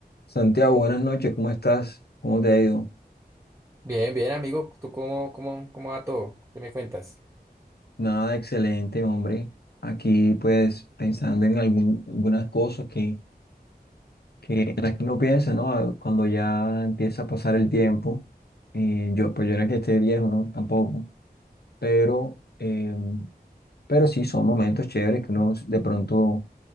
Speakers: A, on the left; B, on the right.
A: Santiago, buenas noches, ¿cómo estás? ¿Cómo te ha ido?
B: Bien, bien, amigo. ¿Tú cómo, cómo, cómo va todo? ¿Qué me cuentas?
A: Nada, excelente, hombre. Aquí, pues, pensando en algún- algunas cosas que, que, en las que uno piensa, ¿no? Ah, Cuando ya empieza a pasar el tiempo, eh, yo, pues, yo no es que esté viejo, ¿no? Tampoco, pero, eh, pero sí, son momentos chéveres que uno de pronto